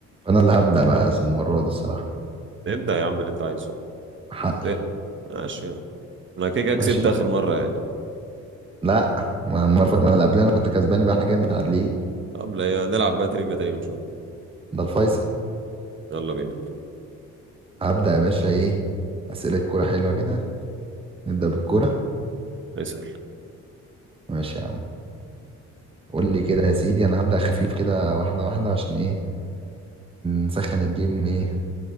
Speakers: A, on the right; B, on the right.
A: فانا اللي هبدأ بقى المرة دي الصراحة
B: ابدأ يا عم اللي انت عايزه
A: حقي
B: ابدأ. ماشي انا كده كده كسبت
A: ماشي
B: اخر مرة يعني
A: لا ما المرة ما اللي قبلها انا كنت كسباني بقى احنا كده متعادلين
B: طب لا- نلعب بقى تريفيا تاني ونشوف
A: ده الفيصل
B: يلا بينا
A: هبدأ يا باشا ايه أسئلة كورة حلوة كده نبدأ بالكورة
B: اسأل
A: ماشي يا عم قول لي كده يا سيدي انا هبدأ خفيف كده واحدة واحدة عشان ايه نسخن الجيم ايه